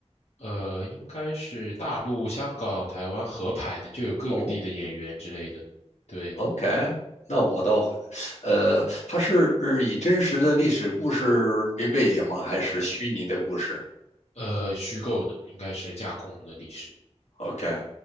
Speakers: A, on the left (about 70°); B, on the left (about 90°).
A: 呃，应该是大陆、香港、台湾合拍的，就有各个地的演员之类的。
B: 哦
A: 对，
B: OK，那我倒会，呃，它是呃以真实的历史故事为背景吗？还是虚拟的故事
A: 呃，虚构的应该是架空的历史。
B: ？OK，